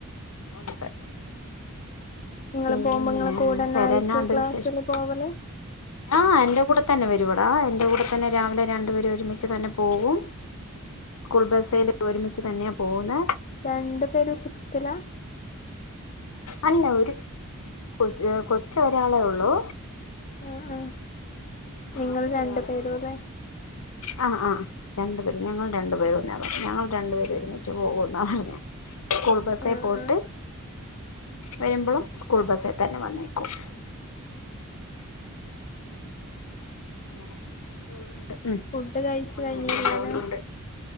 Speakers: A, on the left; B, on the left.
A: ഉണ്ട്
B: നിങ്ങള്
A: പിന്നെ
B: പോകുമ്പോ നിങ്ങളെ കൂടെന്നെ
A: വേറെന്നാണ്ട്
B: ആയിക്കും ക്ലാസ്സില്
A: വിശേഷം
B: പോ വല്
A: ആഹ് എന്റെ കൂടെ തന്നെ വരുവടാ എന്റെ കൂടെ തന്നെ രാവിലെ രണ്ടുപേരും ഒരുമിച്ച് തന്നെ പോവും സ്കൂൾ ബസ്സൽ ഒരുമിച്ച് തന്നെയാ പോകുന്ന
B: രണ്ടു പേരും സിക്സ്ത്തിലാ
A: അല്ല ഒരു കൊ കൊച്ച ഒരാളെ ഉള്ളൂ
B: ആ ആ
A: ആഹ്
B: നിങ്ങൾ
A: അവള്
B: രണ്ടു
A: ഒരാളെ
B: പേരും
A: ഉള്ളൂ
B: അല്ലെ
A: ആഹ് ആഹ് രണ്ടുപേര ഞങ്ങൾ രണ്ടുപേര ഒന്ന ഞങ്ങൾ രണ്ടുപേര് ഒരുമിച്ച് പോകുന്നാണ് ഞാൻ സ്കൂൾ ബസ്സേ
B: ആഹ്
A: പോട്ട്
B: ആഹ്
A: വരുമ്പോഴും സ്കൂൾ ബസ്സേൽ തന്നെ വന്നേക്കും അങ്ങനെ പോകുന്നുണ്ട്
B: ഫുഡ് കഴിച്ച്
A: അങ്ങനെയെ
B: കഴിഞ്ഞില്ലാല്ലേ
A: പോവുന്നുണ്ട്